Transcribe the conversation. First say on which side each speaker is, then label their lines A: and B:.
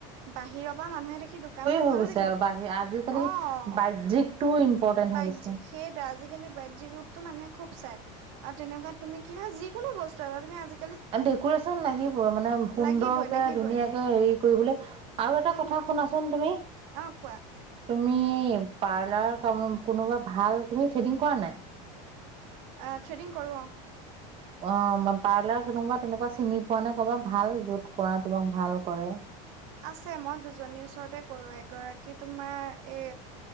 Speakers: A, on the right; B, on the right.
A: বাহিৰৰ পৰা মানুহে দেখি দোকানখন
B: হয়
A: ভালো
B: গৈছে
A: দেখিব
B: আৰু বাহি আজিকালি
A: লাগে।
B: <unintelligible>
A: অ
B: টোও ইম্পৰ্টেণ্ট
A: বাহ্যিক
B: হৈ গৈছে।
A: সেইটো আজিকালি <unintelligible> ৰূপতো মানুহে খুব চাই আৰু তেনেকুৱা তুমি কি হয় যিকোনো বস্তু এটা তুমি আজি
B: ডেকুৰেচন লাগিবে মানে সুন্দৰকে
A: লাগিবই লাগিবই
B: ধুনীয়াকে হেৰি কৰিবলৈ। আৰু এটা
A: উম
B: কথা শুনাচোন তুমি?
A: অ কোৱা?
B: তুমি পাৰ্লাৰ কাম কোনোবা ভাল তুমি থ্ৰেডিং কৰা নাই?
A: অ থট্ৰেডিং কৰো অ।
B: অ পাৰ্লাৰ কোনোবা তেনেকুৱা চিনি পোৱা নে কৰবাত ভাল য'ত কৰা তোমাক ভাল কৰে।
A: আছে মই দুজনীৰ ওচৰতে কৰো, এগৰাকী তোমাৰ এই